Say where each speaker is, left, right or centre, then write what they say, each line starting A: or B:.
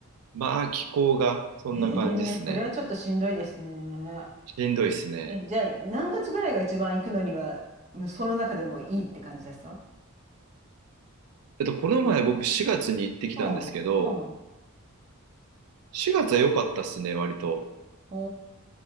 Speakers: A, on the right (about 85°); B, on the right (about 30°).
A: まあ気候がそんな感じですね。
B: ええそれはちょっとしんどいですね。
A: しんどいですね。
B: え、じゃあ、何月ぐらいが一番行くのには、むその中でもいいって感じですか
A: えっと、この前僕4月に行ってきたんですけど、
B: うん。うん。
A: 4月は良かったっすね、割と。
B: お